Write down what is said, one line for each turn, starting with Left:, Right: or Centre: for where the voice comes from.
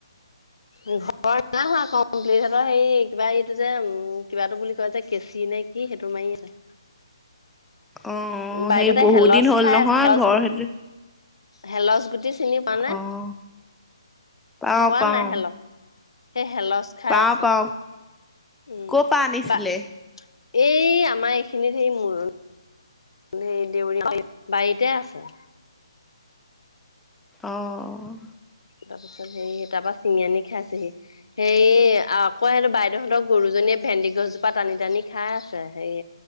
Left: ঘৰ নাই হোৱা কমপ্লিট হে কিবা এইটো যে কিবাটো বুলি কয় যে কেচি নে কি সেইটো মাৰি আছে।
Centre: অ'
Left: বাইদেউহঁতে
Centre: সেই বহুত
Left: হেলচ
Centre: দিন হ'ল
Left: খাই
Centre: নহয়
Left: আছে, <unintelligible>
Centre: ঘৰ সেইটো
Left: হেলচ গুটি। চিনি পাওঁনে
Centre: অ' পাওঁ
Left: পোৱা
Centre: পাওঁ
Left: নাই হেলছ সেই হেলচ। খাই
Centre: পাওঁ,
Left: আছে
Centre: পাওঁ
Left: উম।
Centre: ক' পৰা আনিছিলে?
Left: বা এই আমাৰ এইখিনিত সে মুৰ। সেই দেউৰী বাৰীতে আছে।
Centre: অ'।
Left: তাৰপিছত সেই তাৰপৰা চিঙি আনি খাইছেহি। সেই আকৌ বাইদেউহঁতৰ গৰুজনীয়ে ভেন্দি গছজোপা টানি, টানি খাই। আ হেৰি